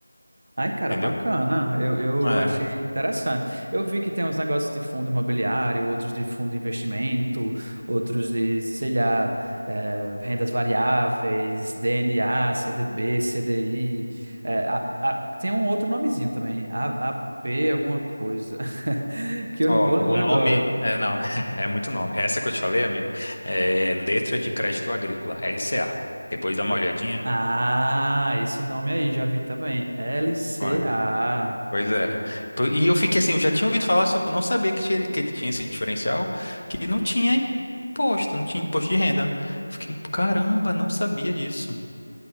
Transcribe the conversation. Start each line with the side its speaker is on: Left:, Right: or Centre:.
Right: Ai, cara,
Left: entendeu?
Right: bacana. Eu, eu
Left: É.
Right: achei interessante. Eu vi que tem uns negócios de fundo imobiliário, outros de fundo de investimento, outros de, sei lá, eh, rendas variáveis, DNA, CDB, CDI. eh, a- a- tem um outro nomezinho também, A- AP, alguma coisa, <laughs> que eu
Left: Ó,
Right: não vou lembrar
Left: o nome,
Right: agora.
Left: é, não, <laughs> é muito nome. Essa que eu te falei, amigo, é Letra de Crédito Agrícola, LCA. Depois dá uma
Right: Eh,
Left: olhadinha.
Right: Ah, esse nome aí, já vi também. L C
Left: Ué.
Right: A.
Left: Pois é. Po- E eu fiquei assim, eu já tinha ouvido falar, só que eu não sabia que, tinha- que ele tinha esse diferencial, que não tinha imposto, não tinha imposto de renda. Eu Fiquei, caramba, não sabia disso.